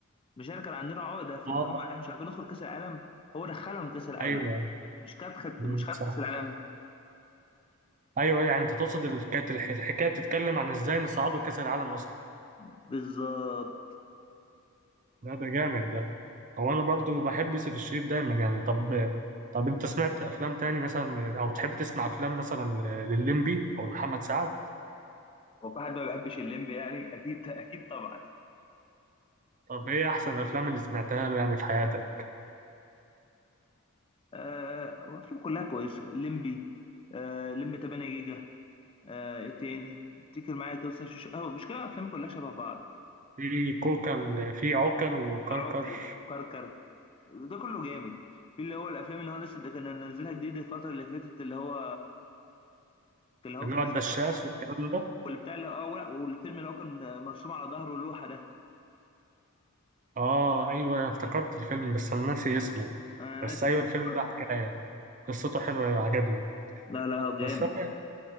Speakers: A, on the left (about 25°); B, on the right (about 35°).
A: مش احنا كان عندنا عقده في
B: اه
A: ان هو احنا مش عارفين ندخل كاس العالم هو دخلهم كاس العالم
B: ايوه
A: مش خد خد-
B: مم،
A: مش خد
B: صح
A: كاس العالم
B: ايوه ايوه يعني انت تقصد ال- كانت الح- الحكايه بتتكلم عن ازاي نصعدوا كاس العالم اصلا
A: بالظبط
B: لا ده جامد ده هو انا برضو بحب يوسف الشريف دايما يعني طب طب انت سمعت افلام تاني مثلا او تحب تسمع افلام مثلا ل- للليمبي او لمحمد سعد
A: هو في حد ما بيحبش الليمبي يعني اكيد اكيد طبعا
B: طب ايه احسن الافلام اللي سمعتها له يعني في حياتك
A: آه، أفلام كلها كويسة الليمبي آه، الليمبي 8 جيجا آه، إيه تاني افتكر معايا كده بس عشان ش- آه، مش كده أفلام كلها شبه بعض
B: في كوكل في عوكل وكركر
A: عوكل كركر ده كله جامد في اللي هو الأفلام اللي هو الناس اللي كان نزلها جديد الفترة اللي فاتت اللي هو اللي هو
B: اللي
A: كان
B: هو الدشاش
A: سب-
B: والكلام ده
A: واللي بتاع اللي اه لا، والفيلم اللي هو كان مرسوم على ظهره لوحة ده
B: اه ايوه أنا افتكرت الفيلم بس انا ناسي اسمه
A: أنا
B: بس
A: ناسي
B: ايوه
A: اللوحة.
B: الفيلم ده حكايه قصته حلوه أيوة عجبني
A: لا لا جامد
B: بس هو